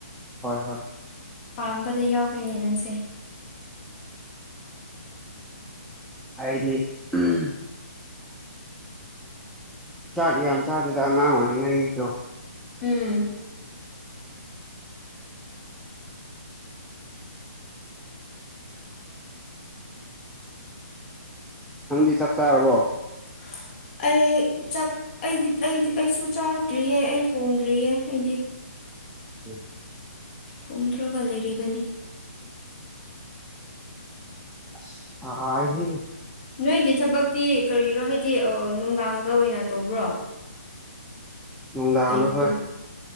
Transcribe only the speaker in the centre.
ꯍꯣꯏ ꯍꯣꯏ
ꯑꯩꯗꯤ ꯎꯝ ꯆꯥꯛ ꯌꯥꯝ ꯆꯥꯗꯦꯗ ꯑꯉꯥꯡ ꯑꯣꯏꯅꯤꯅ <unintelligible> ꯏꯛꯇꯣ
ꯅꯪꯗꯤ ꯆꯥꯛ ꯆꯔꯕꯣ
<inaudible>
ꯑꯁ‌‌ ꯁꯥꯏꯍ‌ꯦ
ꯅꯨꯡꯗꯥꯡꯗ
ꯍꯣꯏ